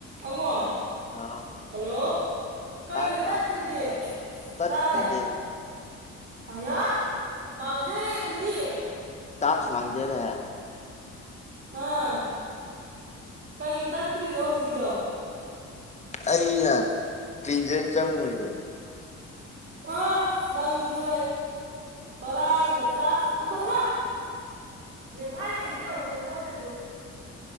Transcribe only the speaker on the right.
ꯑꯉꯣ
ꯍꯜꯂꯣ ꯀꯩꯒꯤꯅꯣ
ꯇꯠꯈ꯭ꯔꯤꯗꯤ
ꯇꯥꯔꯦ ꯑꯌꯥ ꯃꯥꯡꯖꯔꯦ ꯑꯗꯨꯗꯤ
ꯑꯥ ꯀꯩꯒꯤ ꯇꯠꯈ꯭ꯔꯤꯅꯣ ꯍꯧꯖꯤꯛꯀꯤꯗꯣ
ꯑ ꯅꯪꯁꯨ ꯊꯣꯔꯥꯏ ꯃꯆꯥ ꯍꯟꯗꯣꯛꯑꯣ ꯏꯃꯥ ꯅꯦꯈꯥꯏ ꯂꯩꯁꯤ ꯍꯧꯅꯦ ꯃꯣꯏꯅꯁꯨ